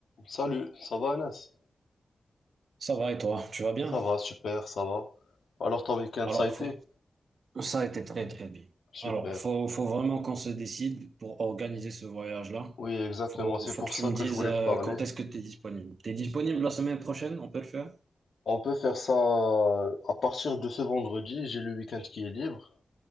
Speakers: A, on the left; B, on the right.
A: Salut, ça va Anas?
B: Ça va et toi, tu vas bien?
A: Ça va, super, ça va. Alors ton week-end,
B: Alors,
A: ça a été?
B: faut- ça a été très très bien.
A: Super.
B: Alors, faut, faut vraiment qu'on se décide pour organiser ce voyage-là.
A: Oui, exactement,
B: Faut,
A: c'est
B: faut
A: pour
B: que tu
A: ça
B: me
A: que
B: dises
A: je voulais
B: euh,
A: te parler.
B: quand est-ce que tu es disponible. Tu es disponible la semaine prochaine, on peut le faire?
A: On peut faire ça euh, à partir de ce vendredi, j'ai le week-end qui est libre.